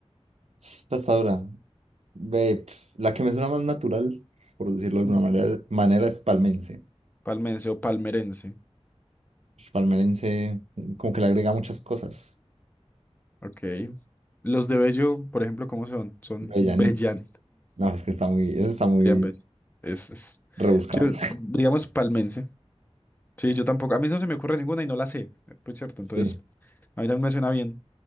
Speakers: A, on the right (about 75°); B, on the left (about 15°).
A: Esta está dura. Ve, pf, la que me suena más natural, por decirlo de alguna
B: Mm,
A: manera, manera
B: sí,
A: es palmense.
B: Palmense o palmerense.
A: Palmerense, como que le agrega muchas cosas.
B: Ok. Los de Bello, por ejemplo, ¿cómo son? Son
A: Bellanitos.
B: bellanos.
A: No, es que está muy, eso está muy
B: serían bellos. Es, es-
A: rebuscado.
B: Yo,
A: <laughs>
B: digamos, palmense. Sí, yo tampoco. A mí no se me ocurre ninguna y no la sé. eh, Pues cierto,
A: Sí,
B: entonces. A mí también me suena bien.